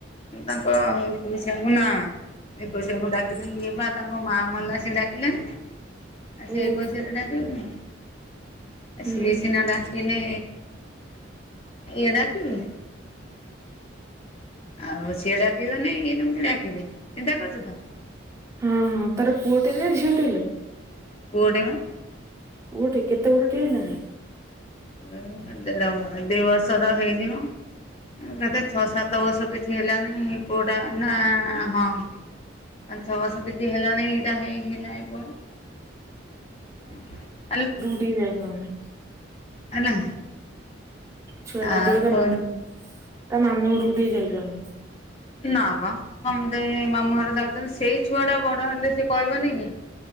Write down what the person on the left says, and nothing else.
ତାଙ୍କ ଏକୋଇଶିଆ କୁ ନା ଏକୋଇଶିଆ ଡାକିଥିନେ ଇଏ ବା ତାଙ୍କ ମାଆ ମଲା ସିଏ ଡାକିଲେନି। ଆଉ ସେ
ଏକୋଇଶିଆ ରେ ଡାକିବେ କେମତି? ଆ
ସିଏ ସିନା ଡାକିନେ ଇଏ ଡାକିବେ। ଆଉ ସିଏ ଡାକିବନ ଇଏ କେମିତି ଡାକିବେ ଚିନ୍ତା କରୁଛ ତ
ପୁଅ ଟେ ବା।
ହୁଁ ଦେଢବର୍ଷ ଦି ବର୍ଷର ହେଇଯିବ କେତେ ସାତ ବର୍ଷ କିଛି ହେଲାନି ପୁଅ ଟା ନା ହଁ ପାଞ୍ଚ ଛଅ ବର୍ଷ କିଛି ହେଲା ନାଇ ଏଇଟା ହେଲା ହେଇ ବର୍ଷ ଆଗ
ହେଲା।
ଆଉ
ତୋ
ନା ବା ସମସ୍ତେ ମାମୁଁ ଘରେ ଯାଉଛନ୍ତି ସେଇ ଛୁଆ ଟା ବଡ ହେଲେ ସେ କହିବନି କି